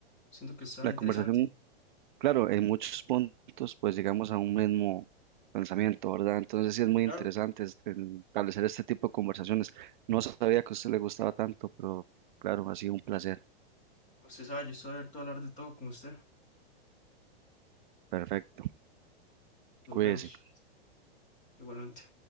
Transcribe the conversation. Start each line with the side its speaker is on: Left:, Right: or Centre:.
Left: Siento que estaba
Right: La
Left: interesante.
Right: conversación, claro, en muchos puntos pues llegamos a un mismo pensamiento, ¿verdad? Entonces sí es muy
Left: Claro,
Right: interesante es- en establecer este tipo de conversaciones. No sabía que a usted le gustaba tanto, pero claro, ha sido un placer.
Left: usted sabe, yo estoy abierto a hablar de todo con usted.
Right: Perfecto.
Left: Nos
Right: Cuídese.
Left: vemos igualmente.